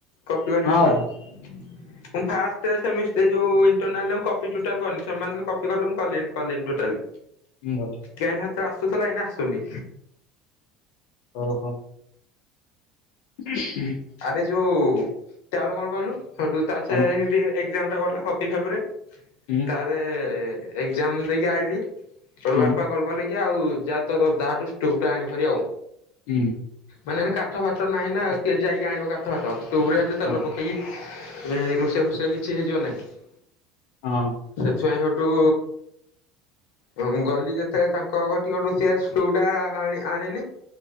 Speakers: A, on the left; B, on the left.
A: କପି କରିପାରିବିନି।
B: ଆଉ ହଁ ବା
A: ମୁଁ ଫାର୍ଷ୍ଟ ସେମି ଏ ଯୋଉ ଇଣ୍ଟରନାଲରେ କପି ଟୋଟାଲ କରିନି ସେମାନେ ଯୋଉ କପି କଲେ ମୁଁ କଲିନି କଲିନି ଟୋଟାଲ।
B: ହୁଁ ଭଲ।
A: କେନ୍ ହାତରେ ଆସୁଥିଲା ଏଇନା ଆସୁନି।
B: ଓହୋ। ହୁଁ।
A: ଆରେ ଯୋଉ ତା ଆର କଣ କହିଲୁୁ ତାର
B: କଣ
A: ସେ ହିନ୍ଦୀ ଏକ୍ସାମଟା ଗଲ କପି ଭାବରେ
B: ହୁଁ।
A: ଆରେ ଏକ୍ସାମ ଦେଇକି ଆଇଲି ସେଇଠୁ
B: ହୁଁ
A: ବାପା କଲ କଲେ କି ଆଉ ଯାହା ତାହା ଠୁ ଷ୍ଟୋଭଟା ଆଣାରି ଆଉ
B: ହୁଁ।
A: ମାନେ କାଠ ଫାଟ ନାହିଁ ନା ଯାଇକି ଆଣିବ କାଠ ଫାଟ ଟ୍ୟୁବରେ ହେଲେ ତେଲ
B: ହଁ
A: ପକେଇକି ଏ ରୋଷେଇ ଫୋଷେଈ କିଛି ହେଇଯିବ ନାହିଁ।
B: ହଁ।
A: ସେଥିପାଇଁ ସେଠୁ ହଁ ମୁଁ ଗଲି ଯେତେବେଳେ ତାଙ୍କ ଘରଠିକି ଷ୍ଟୋଭଟା ଆଣ ଆଣିଲି।